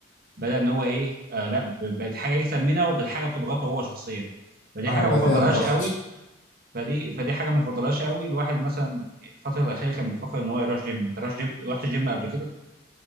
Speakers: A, on the right; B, on the left.
A: بدأ ان هو ايه آه لا ب- بقت حاجه يكسب منها وبقت حاجه بتضغطه هو شخصيا فدي
B: اه
A: حاجه
B: بقى
A: ما فضلهاش
B: فيها الضغط
A: قوي فدي فدي حاجه ما فضلهاش قوي الواحد مثلا الفتره الاخيره كان بيفكر ان هو يروح جيم انت رحت جيم رحت جيم قبل كده